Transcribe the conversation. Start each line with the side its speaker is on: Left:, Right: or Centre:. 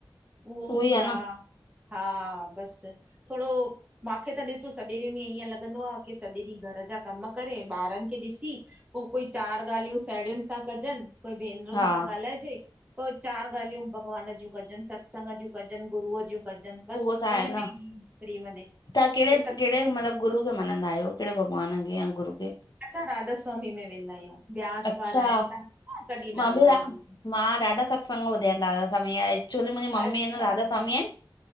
Right: उहो बि
Left: ई आहे
Right: आ,
Left: न
Right: हा, बस थोरो मांखे त ॾिसो सॼे ॾींहुंं में ईअं लॻंदो आ कि सॼे ॾींहुं घर जा कम करे, ॿारनि खे ॾिसी पोइ कोई चार ॻाल्हियूं साहेड़ियुनि सां कजनि, कोई भेनरुनि
Left: हा
Right: सां ॻाल्हाइजे पोइ चारि ॻाल्हियूं भॻवान जूं कजनि, सत्संग जी कजनि गुरअ जूं कजनि बसि
Left: उहो त आहे
Right: इन में
Left: न
Right: ई ॾीहं निकिरी वञे
Left: तव्हां कहिड़े
Right: पो सत्
Left: कहिड़े मतिलबु गुरु खे मञंदा आहियो? कहिड़े भॻवान खे या गुरू खे
Right: असां राधास्वामी में वेंदा आहियूं, ब्यास
Left: अच्छा
Right: वारा आहिनि तव्हां तॾहिं
Left: मां
Right: नालो
Left: बि
Right: हुन
Left: मां ॾाढा सतसंग बुधया आहिन राधास्वामी जा। छोन मुंहिंजी मम्मी
Right: अच्छा
Left: आहिनि राधा स्वामी आहिनि,